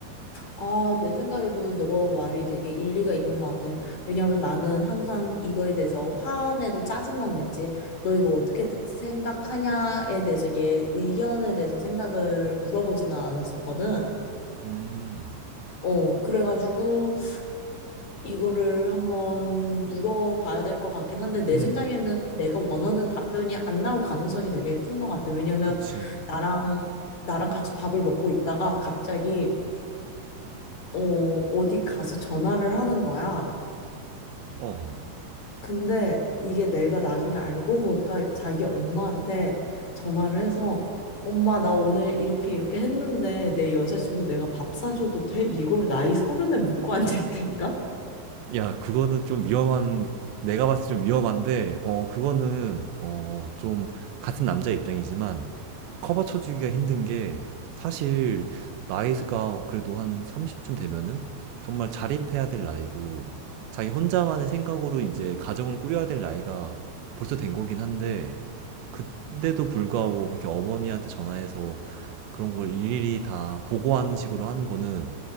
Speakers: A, on the left (about 45°); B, on the right (about 80°).
A: 아, 내 생각에도 너 말이 되게 일리가 있는 것 같아. 왜냐면 나는 항상 이거에 대해서 화내고 짜증만 냈지. 너 이거 어떻게 대- 생각하냐에 대해서 얘 의견에 대해서 생각을 물어보지는 않았었거든.
B: 음,
A: 어, 그래가지고 이거를 한번 물어봐야 될 것 같긴 한데 내
B: 음,
A: 생각에는 내가 원하는 답변이 안 나올 가능성이 되게 큰 것 같아. 왜냐면
B: 그치.
A: 나랑 나랑 같이 밥을 먹고 있다가 갑자기 어, 어디 가서 전화를 하는 거야.
B: 어.
A: 근데 이게 내가 나중에 알고 보니까 자기 엄마한테 전화를 해서 엄마 나 오늘 이렇게 이렇게 했는데 내 여자친구 내가 밥 사줘도 돼? 이걸 나이 서른에 묻고 앉아 있다니까?
B: 야, 그거는 좀 위험한, 내가 봤을 때 좀 위험한데, 어, 그거는, 어, 좀, 같은 남자 입장이지만, 커버 쳐주기가 힘든 게, 사실, 나이가 그래도 한 30쯤 되면은, 정말 자립해야 될 나이고, 자기 혼자만의 생각으로 이제 가정을 꾸려야 될 나이가 벌써 된 거긴 한데, 그때도 불구하고 그렇게 어머니한테 전화해서 그런 걸 일일이 다 보고하는 식으로 하는 거는